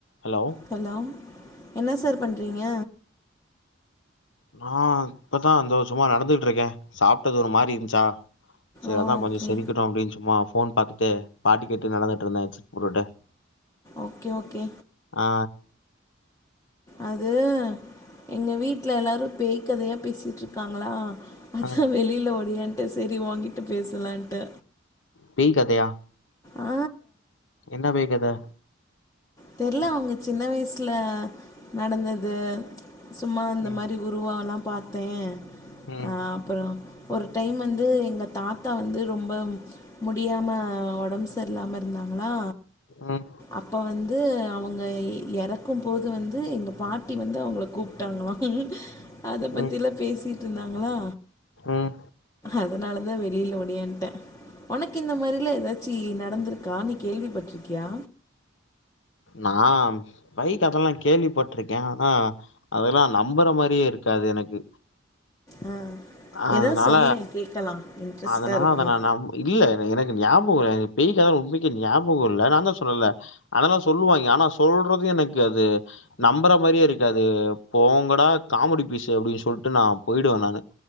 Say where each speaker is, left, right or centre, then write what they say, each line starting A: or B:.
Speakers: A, on the left; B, on the left.
A: Hello
B: hello என்ன sir பண்ணுறீங்க
A: நா இப்பதா அந்த சும்மா நடந்துட்டு இருக்கே சாப்பிட்டது ஒரு மாரி இருந்துச்சா செரி
B: ஓகே
A: அதா கொஞ்ச செறிக்கட்டு அப்டின்னு சும்மா ஃபோன் பாத்துட்டு பாட்டு கேட்டு நடந்துட்டு இருந்தேச்சு <unintelligible>
B: ஓகே ஓகே
A: ஆ
B: அது எங்க வீட்டுல எல்லாரு பேய கதையா பேசிட்டு இருக்காங்களா அதா
A: ஆ
B: வெளியில ஓடியாண்ட்ட செரி ஒகிட்ட பேசலான்ட்டு
A: பேய் கதையா
B: ஆ
A: என்ன பேய் கதை
B: தெரல அவங்க சின்ன வயசுல நடந்தது சும்மா இந்த
A: ம்
B: மாதிரி உருவோ எல்லா பாத்தே
A: ம்
B: ஆ அப்புறோ ஒரு டைம் வந்து எங்க தாத்தா வந்து ரொம்ப முடியாம ஒடம்ஸ் சர்லாம இருந்தாங்களா
A: ம்
B: அப்ப வந் வந்து அவங்க எறக்கும் போது வந்து எங்க பாட்டி வந்து அவங்கள கூப்பிட்டாங்களா அத பத்திலா
A: ம்
B: பேசிட்டு இருந்தாங்களா
A: ம்
B: அதனால தா வெளியில ஓடியான்ட்டே உனக்கு இந்த மாதிரிலா ஏதாச்சூ நடந்தருக்கா நீ கேள்விப் பட்டுறிருக்கியா
A: நா பெய்க் கதெல்லா கேள்விப்பட்டிருக்கே ஆனா அதெல்லா நம்பற மாரியே இருக்காது எனக்கு
B: ஆ
A: அதனால
B: ஏதாவது சொல்லேன் கேட்கலாம் இன்ட்ரெஸ்ட்டா
A: அதனால
B: இருக்கும்
A: அத நா நம்பு இல்ல என எனக்கு ஞாப்பகே வரோ எனக் பேய் கதெ உம்மைக்கு ஞாபகம் இல்ல நா தா சொன்னேல்ல அதனால சொல்லுவாங்க ஆனா சொல்றது எனக்கு அது நம்பற மாரியே இருக்காது போங்கடா காமெடி பீஸு அப்டின்னு சொல்லிட்டு நா போயிடுவே நானு